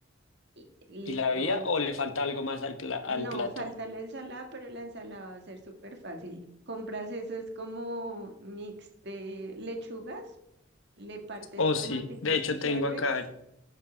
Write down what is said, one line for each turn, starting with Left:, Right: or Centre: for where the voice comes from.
Right: Y, listo,
Left: y la vía o le falta algo más al, pla- al
Right: No,
Left: plato.
Right: falta la ensalada, pero la ensalada va a ser súper fácil. Compras eso, es como mix de lechugas, le partes
Left: Oh,
Right: tomáticos
Left: sí. De hecho,
Right: cherries,
Left: tengo acá.